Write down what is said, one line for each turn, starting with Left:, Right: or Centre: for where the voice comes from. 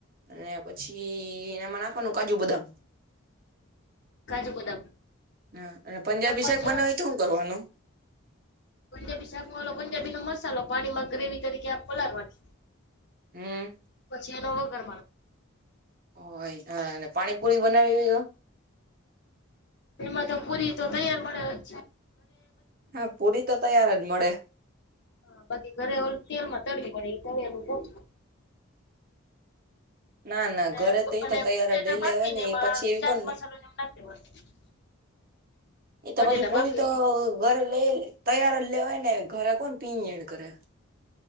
Right: અને પછીમાં નાખવાનું કાજુ, બદામ.
Left: કાજુ બદામ,
Right: હ અને પંજાબી
Left: સફરજન
Right: શાક બનાવી શું કરવાનું.?
Left: પંજાબ શાક વાલો પંજાબી ન મસાલો પાણીમાં ગ્રેવી તરીકે પલારવાનો.
Right: હમ
Left: પછી એનો વધાર મારવાનો,
Right: ઓહા પાણીપુરી બનાવી હોય તો,?
Left: એમાં તો પુરી તો તૈયાર મડે‌ છે.
Right: હા પૂરી તો તૈયાર જ મળે
Left: <unintelligible> ઘરે ઓલું તેલ માં તરવી પડે તરેલુ <unintelligible>
Right: ના ના
Left: અને
Right: ઘરે તો એ
Left: અને
Right: તો તૈયાર
Left: બટેટા
Right: જ લઈ
Left: બાફીને
Right: લેવાય ને
Left: એમાં
Right: એ પછી એવી
Left: ચાટ
Right: કોણ
Left: મસાલો જેવું નાખી દેવાનું.
Right: એ તો
Left: બટેટા
Right: પછી પૂરી
Left: બાફીને
Right: તો ઘરે લઈ તૈયાર જ લેવાય ને ઘરે કોણ પી એડ કરે.